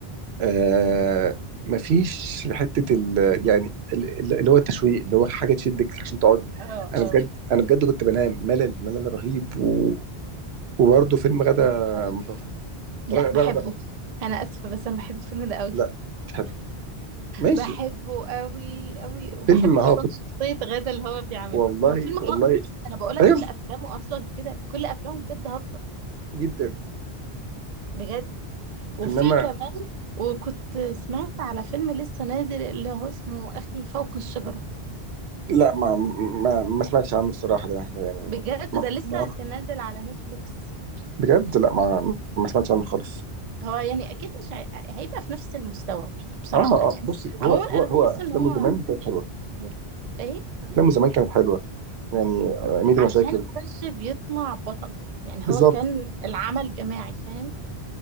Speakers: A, on the right (about 75°); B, on the right (about 50°).
A: آه مفيش حته ال يعني ال- اللي هو التشويق اللي هو حاجه تشدك عشان تقعدي
B: اه
A: انا
B: اه
A: بجد انا بجد كنت بنام ملل ملل رهيب و... وبرضه فيلم غدا
B: ايوه فاهمة.
A: متوفر
B: لا
A: ر-
B: بحبه
A: رغده
B: انا اسفة بس انا بحب الفيلم ده قوي
A: لا مش حلو ماشي
B: بحبه قوي قوي وبحب
A: فيلم هابط
B: اصلا شخصية غادة اللي هو بيعملها
A: والله
B: ما هو فيلم
A: والله
B: هابط انا بقولك
A: ايوه
B: كل افلامه اصلا كده كل افلامه بجد هابطة
A: جدا
B: بجد وفي
A: انما
B: كمان وكنت سمعت على فيلم لسه نازل اللي هو اسمه اخي فوق الشجرة
A: لا ما ما, ما سمعتش عنه الصراحه ده يعني
B: بجد
A: ما...
B: ده لسه
A: ما...
B: كان نازل على نتفليكس
A: بجد لا ما ما سمعتش عنه خالص
B: هو يعني اكيد مش هي... هيبقى في نفس المستوى برضه بصراحه
A: اه اه
B: يعني
A: بصي هو
B: عموما
A: هو
B: انا
A: هو
B: بحس
A: افلامه
B: ان هو
A: زمان كانت حلوه
B: قول ايه
A: افلامه زمان كانت حلوه يعني آه، ميدو
B: عشان
A: مشاكل
B: ما كانش بيطلع بطل يعني
A: بالظبط
B: هو كان العمل جماعي فاهم